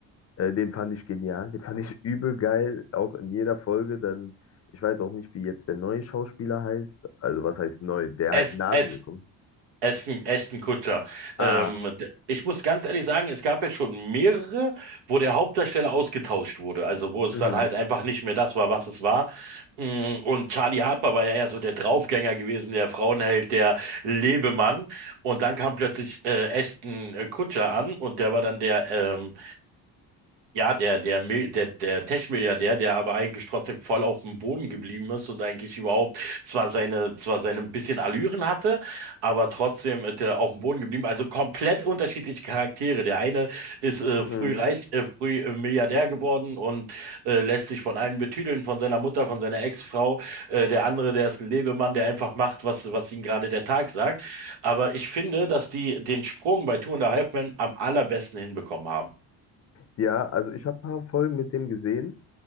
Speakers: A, on the left; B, on the right.
A: Äh, den fand ich genial, den fand ich <laughs> übel geil, auch in jeder Folge. Dann, ich weiß auch nicht, wie jetzt der neue Schauspieler heißt. Also was heißt neu? Der
B: Es,
A: halt nach
B: es
A: mir kommt.
B: Ashton, Ashton Kutscher.
A: Ah,
B: Ähm, d- ich muss ganz ehrlich sagen, es gab ja schon mehrere, wo der Hauptdarsteller ausgetauscht wurde. Also wo es
A: mhm,
B: dann halt einfach nicht mehr das war, was es war. Mm, Und Charlie Harper war ja eher so der Draufgänger gewesen, der Frauenheld, der Lebemann. Und dann kam plötzlich äh, Ashton äh, Kutscher an und der war dann der ähm, ja, der, der, Mil- der, der Tech-Milliardär, der aber eigentlich trotzdem voll auf dem Boden geblieben ist und eigentlich überhaupt zwar seine, zwar seine ein bisschen Allüren hatte, aber trotzdem äh, der auf dem Boden geblieben. Also komplett unterschiedliche Charaktere. Der eine ist äh,
A: mhm.
B: früh reich, äh, früh äh, Milliardär geworden und äh, lässt sich von allen betüdeln, von seiner Mutter, von seiner Ex-Frau. Äh, der andere, der ist ein Lebemann, der einfach macht, was, was ihm gerade der Tag sagt. Aber ich finde, dass die den Sprung bei Two and a Half Men am allerbesten hinbekommen haben.
A: Ja, also ich habe ein paar Folgen mit dem gesehen.